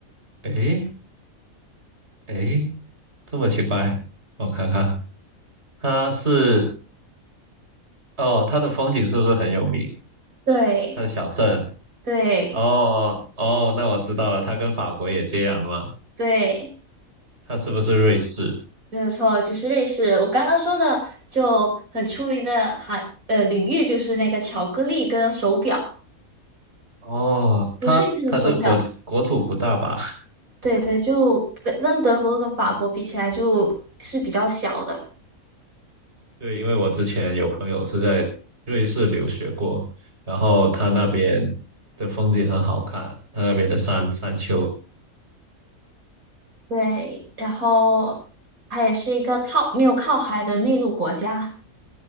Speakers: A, on the right; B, on the right.
A: 诶诶，这么奇怪，我看看，它是，哦，它的风景是不是很有名？
B: 对
A: 它的小镇，
B: 对
A: 哦哦，那我知道了，它跟法国也接壤的嘛，
B: 对，
A: 它是不是瑞士？
B: 没有错，就是瑞士。我刚刚说的就很出名的行呃领域，就是那个巧克力跟手表，
A: 哦，
B: 就瑞士的手表。
A: 它它这个国际国土不大吧？<laughs>
B: 对对，就跟跟德国跟法国比起来，就是比较小的。
A: 对，因为我之前有朋友是在瑞士留学过，然后他那边的风景很好看，他那边的山山丘，
B: 对，然后它也是一个靠没有靠海的内陆国家。